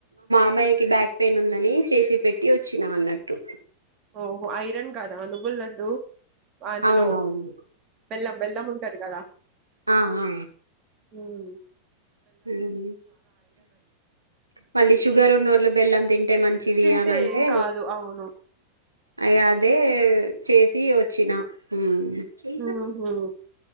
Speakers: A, on the right; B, on the right.
A: మ్మాయ్యకి బ్యాక్ పెయిన్ ఉందని చేసి పెట్టి వచ్చిన అన్నట్టు
B: ఓహో ఐరన్ కాదా నువ్వులడ్డు అందులో
A: అవునవును
B: బెల్లం బెల్లం ఉంటది కదా
A: ఆహా
B: ఉం
A: ఉం మళ్ళీ షుగర్ ఉన్నోళ్ళు బెల్లం తింటే మంచిది
B: తింటే
A: అని అంటే
B: ఏం కాదు అవును
A: అయదే చేసి వచ్చినా ఉం చే సచ్చి
B: ఉహు